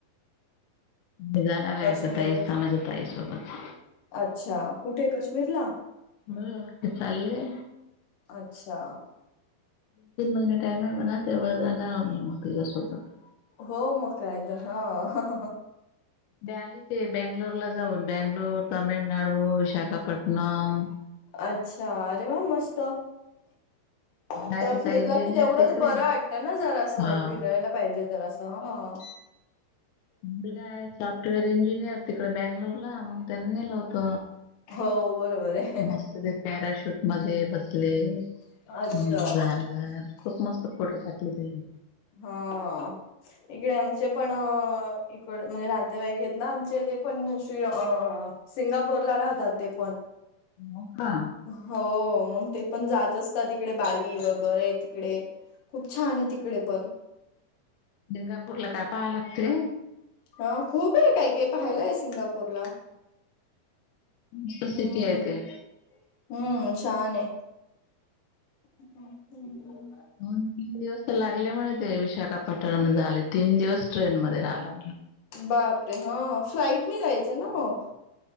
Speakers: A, on the left; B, on the left.
A: मग जाणार आहे
B: काश्मीरला
A: आता, ताईचा माझ्या ताईसोबत.
B: अच्छा कुठे काश्मीरला?
A: हा चालले.
B: अच्छा!
A: तुम्ही टाइम म्हणा तेव्हा जाणार आम्ही. <unintelligible>
B: हो मग कायतर, हा.
A: आली ते बेंगलोरला जाऊन. बेंगलोर, तामिळनाडू विशाखापटणम.
B: अच्छा, अरे वा मस्त! तर
A: आहे तिचा
B: फिरला
A: इंजिनियर
B: कि तेवढंच
A: तिकडे
B: बरं वाटतं ना जरा असं
A: हा
B: फिरायला. पाहिजे तर असं ह.
A: मुलगा सॉफ्टवेअर इंजिनियर तिकडे बंगलोरला मग त्यांनी नेलं होत.
B: हो बरोबर आहे.
A: मस्त ते पॅराशूट मध्ये बसले.
B: अच्छा
A: हम्म बर बर खूप मस्त फोटो टाकले त्यांनी.
B: हो.. इकडे आमचे पण इकड म्हणजे नातेवाईक आहेत ना आमचे ते पण श्री अ. सिंगापूर ला राहतात ते पण.
A: मग हा..
B: हो मग ते पण जात असतात तिकडे बाली वगैरे तिकडे. खूप छान आहे तिकडे पण.
A: डिंगापूरला काय पहांय लागते.
B: हा खूप आहे काही. ते पाहिलंय ते मंसिंगापूरला
A: मस्त
B: हम्
A: सिटी आहे
B: ह.
A: ते
B: हम्म छान आहे. हम् हम्.
A: दोन तीन दिवस तर लागले म्हणे ते विशाखापट्टणम झाले तीन दिवस ट्रेन मध्ये राहिला.
B: बापरे! हा फ्लाईट मी जायचं ना मग.